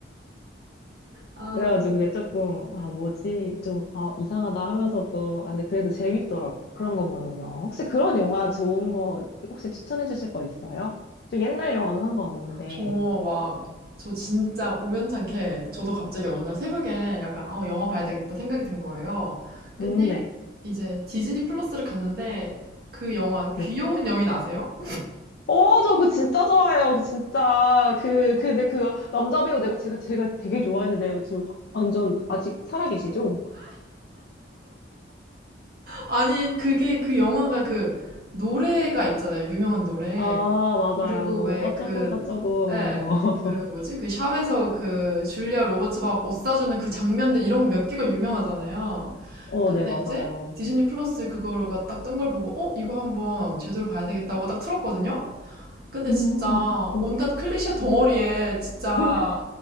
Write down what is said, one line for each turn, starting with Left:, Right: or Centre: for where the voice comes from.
Right: 아,
Left: 그래가지고 그게 조금, 아, 뭐지? 좀, 아, 이상하다 하면서도, 아, 근데 그래도 재밌더라고 그런 거 보는 게. 혹시 그런 영화 좋은 거, 혹시 추천해 주실 거 있어요? 좀 옛날 영화도 상관없는데.
Right: 저 막, 저 진짜 우연찮게 저도 갑자기 어느 날 새벽에 약간, 어, 영화 봐야 되겠다 생각이 든 거예요. 근데
Left: 음, 네.
Right: 이제 디즈니 플러스를 갔는데 그 영화 귀여운
Left: 네.
Right: 여인 아세요?
Left: 어, 저 그거 진짜 좋아해요. 그 진짜. 그, 그, 근데 그 남자 배우 내가 제가, 제가 되게 좋아하는데요. 지금 확- 완전 아직 살아계시죠?
Right: 아니, 그게 그 영화가 그 노래가 있잖아요. 유명한 노래.
Left: 아, 맞아요.
Right: 그리고
Left: 뭐,
Right: 왜
Left: 어쩌고
Right: 그,
Left: 저쩌고,
Right: 네.
Left: 막 이런 거.
Right: 예,
Left: <laughs>
Right: 그 뭐지? 그 샵에서 그 줄리아 로버츠 막 옷 사주는 그 장면들 이런 몇 개가 유명하잖아요.
Left: 어,
Right: 근데
Left: 네, 맞아요.
Right: 이제 디즈니 플러스 그거가 딱 뜬 걸 보고, 어? 이거 한번 제대로 봐야 되겠다고 딱 틀었거든요? 근데
Left: 음.
Right: 진짜
Left: 음.
Right: 온갖 클리셰 덩어리에 진짜
Left: <laughs>